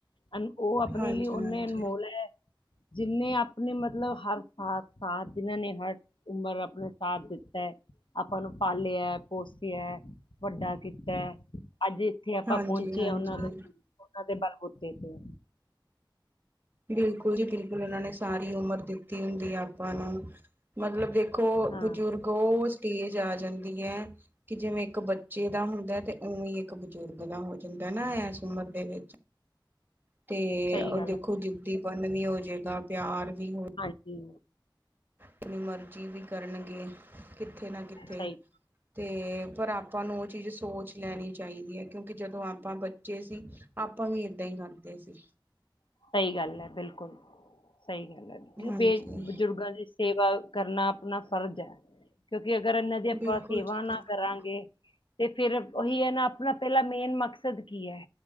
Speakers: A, on the left (about 80°); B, on the right (about 25°).
A: ਅ ਉਹ ਆਪਣੇ
B: ਹਾਂਜੀ-ਹਾਂਜੀ,
A: ਲਈ ਓਨੇ ਅਨਮੋਲ ਹੈ ਜਿੰਨੇ ਆਪਣੇ ਮਤਲਬ ਹਰ ਸਾਥ ਸਾਥ ਜਿੰਨਾਂ ਨੇ ਹਰ ਉਮਰ ਆਪਣੇ ਸਾਥ ਦਿੱਤਾ ਹੈ ਆਪਾਂ ਨੂੰ ਪਾਲਿਆ ਪੋਸਿਆ ਵੱਡਾ ਕੀਤਾ ਅੱਜ ਇੱਥੇ ਆਪਾਂ
B: ਹਾਂਜੀ-ਹਾਂਜੀ।
A: ਪਹੁੰਚੇ ਆ ਉਹਨਾਂ ਦੇ ਉਹਨਾਂ ਦੇ ਬਲਬੂਤੇ ਤੇ
B: ਬਿਲਕੁਲ ਜੀ ਬਿਲਕੁਲ ਉਹਨਾਂ ਨੇ ਸਾਰੀ ਉਮਰ ਦਿੱਤੀ ਹੁੰਦੀ ਹੈ ਆਪਾਂ ਨੂੰ ਮਤਲਬ ਦੇਖ ਦੇਖੋ
A: ਹਾਂ
B: ਬਜ਼ੁਰਗ ਉਹ ਸਟੇਜ ਆ ਜਾਂਦੀ ਹੈ ਕਿ ਜਿਵੇਂ ਇੱਕ ਬੱਚੇ ਦਾ ਹੁੰਦਾ ਤੇ ਉਵੇਂ ਇੱਕ ਬਜ਼ੁਰਗ ਦਾ ਹੋ ਜਾਂਦਾ ਨਾ ਇਸ ਉਮਰ ਦੇ ਵਿੱਚ ਤੇ
A: ਸਹੀ
B: ਉਹ
A: ਗੱਲ
B: ਦੇਖੋ
A: ਹੈ
B: ਜਿੱਦੀਪਨ ਵੀ ਹੋਜੇ ਗਾ ਪਿਆਰ। ਵੀ ਹੋ
A: ਹਾਂਜੀ।
B: ਆਪਣੀ ਮਰਜ਼ੀ ਵੀ ਕਰਨਗੇ ਕਿੱਥੇ ਨਾ ਕਿੱਥੇ।
A: ਸਹੀ
B: ਤੇ ਪਰ ਆਪਾਂ ਨੂੰ ਉਹ ਚੀਜ਼ ਸੋਚ ਲੈਣੀ ਚਾਹੀਦੀ ਹੈ ਕਿਉਂਕਿ? ਕਿਉਂਕਿ ਜਦੋਂ ਆਪਾਂ ਬੱਚੇ ਸੀ ਆਪਾਂ ਵੀ ਏਦਾਂ ਹੀ ਕਰਦੇ ਸੀ।
A: ਸਹੀ ਗੱਲ ਹੈ ਬਿਲਕੁਲ। ਸਹੀ ਗੱਲ ਹੈ ਕਿਉਂਕਿ
B: ਹਾਂਜੀ।
A: ਬੇ ਬਜ਼ੁਰਗਾਂ ਦੀ ਸੇਵਾ ਕਰਨਾ ਆਪਣਾ ਫਰਜ਼ ਹੈ ਕਿਉਂਕਿ ਕਿਉਂਕਿ ਅਗਰ ਇਹਨਾਂ ਦੀ ਆਪਾਂ
B: ਬਿਲਕੁਲ
A: ਸੇਵਾ
B: ਜੀ ਬਿਲਕੁਲ
A: ਨਾ ਕਰਾਂਗੇ ਤੇ ਫੇਰ ਉਹੀ ਹੈ ਨਾ ਆਪਣਾ ਪਹਿਲਾਂ ਮੇਨ ਮਕਸਦ ਕੀ ਹੈ